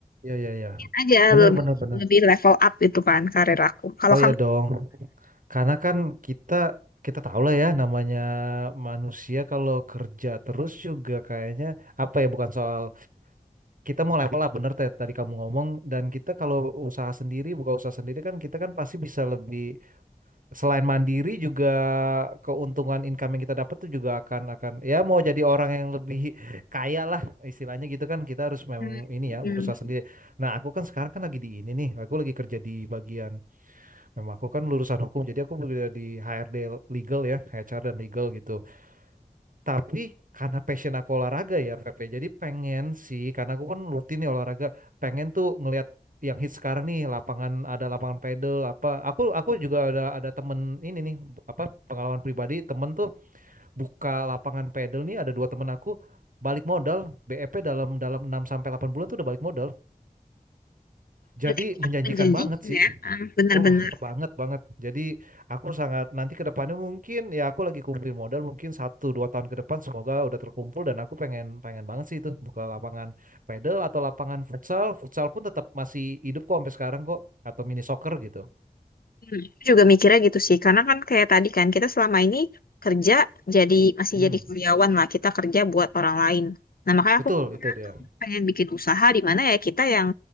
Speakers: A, on the right (about 60°); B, on the left (about 75°).
A: ya ya ya.
B: aja
A: Benar
B: lebih
A: benar benar.
B: lebih level up gitu kan karir aku. Kalau
A: Oh
B: kamu
A: ya dong. Karena kan kita kita tahu lah ya namanya manusia kalau kerja terus juga kayaknya apa ya bukan soal kita mau level up bener Ted, tadi kamu ngomong dan kita kalau usaha sendiri buka usaha sendiri kan kita kan pasti bisa lebih selain mandiri juga keuntungan income yang kita dapat tuh juga akan akan ya mau jadi orang yang lebih kaya lah istilahnya gitu kan kita harus memang
B: Hmm,
A: ini ya
B: hmm.
A: berusaha sendiri. Nah aku kan sekarang kan lagi di ini nih, aku lagi kerja di bagian memang aku kan lulusan hukum jadi aku bekerja di HRD legal ya, HR dan legal gitu. Tapi karena passion aku olahraga ya, Feb, ya, jadi pengen sih, karena aku kan rutin nih olahraga, pengen tuh ngelihat yang hit sekarang nih lapangan ada lapangan pedal apa. Aku aku juga ada ada temen ini nih apa pengalaman pribadi temen tuh buka lapangan pedal nih ada dua temen aku balik modal BEP dalam dalam 6 sampai 8 bulan tuh udah balik modal. Jadi
B: berarti bukan
A: menjanjikan
B: menjanjikan
A: banget sih.
B: ya, Ah, benar-benar
A: Wah, banget banget. Jadi aku sangat nanti ke depannya mungkin ya aku lagi kumpulin modal mungkin satu dua tahun ke depan semoga udah terkumpul dan aku pengen pengen banget sih itu buka lapangan pedal atau lapangan futsal. Futsal pun tetap masih hidup kok sampai sekarang kok atau mini soccer gitu.
B: Hmm. juga mikirnya gitu sih karena kan kayak tadi kan kita selama ini kerja jadi masih
A: Hmm,
B: jadi karyawan lah kita kerja buat orang lain nah makanya
A: betul
B: aku
A: itu dia.
B: pengen bikin usaha di mana ya kita yang